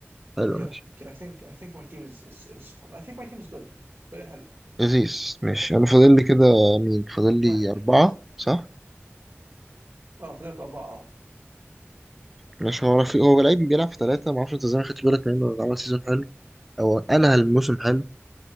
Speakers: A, in the centre; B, on the right.
A: حلو
B: يا
A: ماشي
B: اوكي اي ثينك اي ثينك ماي تيم از از فول اي ثينك ماي تيم از جود فريق حلو
A: لذيذ ماشي انا فاضل لي كده مين فاضل لي
B: واحد
A: أربعة صح
B: اه فاضلك اربعه اه
A: مش هو رفيق هو لعيب بيلعب في ثلاثة معرفش انت ازاي ما خدتش بالك منه ولا عمل سيزون حلو او انا الموسم حلو